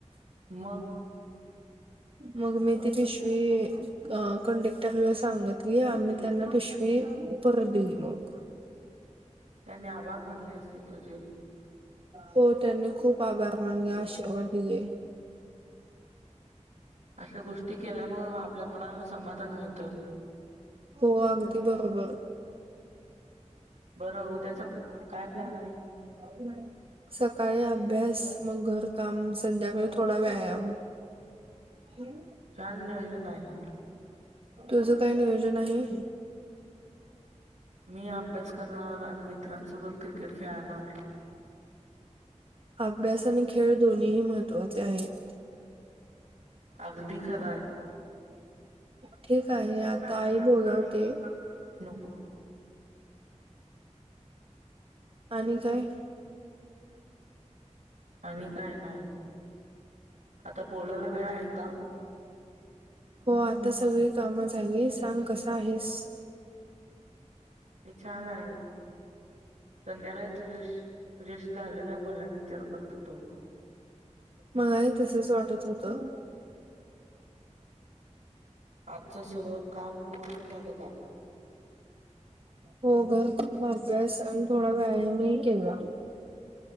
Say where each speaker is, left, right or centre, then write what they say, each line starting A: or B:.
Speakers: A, on the right; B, on the right.
A: मग,
B: मग मी ति पिशवी अ कंडेक्टरला सांगत की आम्ही त्यांना पिशवी परत दिली मग,
A: त्यांनी आभार मानले असतील तुझे.
B: हो त्यांनी खूप आभार मानले आशीर्वाद दिलेे.
A: अशा गोष्टी केल्यामुळे आपल्या मनाला समाधान मिळतं.
B: हो अगदी बरोबर.
A: बरं उद्याचा
B: <unintelligible>
A: काय प्लॅन आहे?
B: सकाळी अभ्यास मग घरकाम संध्याकाळी थोडा व्यायाम. हम्.
A: छान नियोज आहे.
B: तुझ काय नियोजन आहे?
A: मी अभ्यास करणार आणि मित्रांसोबत क्रिकेट खेळणार
B: अभ्यास आणि खेळ दोन्ही महत्त्वाचे आहेत.
A: अगदी खरा आहे.
B: ठीक आहे
A: ठीक
B: आता
A: आहे
B: आई
A: आज
B: बोलावते
A: का घेऊते नको.
B: आणि काय
A: आणि काय नाही आता बोलायला वेळ आहे का?
B: हो आता सगळी कामं झाली सांग कसं आहेस.
A: मी छान आहे. संध्याकाळी तुझ्या तुझ्याशी झालेला बोलण्याचा विचार करत होतो.
B: मला ही तसच वाटत होतं.
A: आजचं सगळं काम पूर्ण झालं का?
B: हो ग अभ्यास, आणि थोडा व्यायामही केला.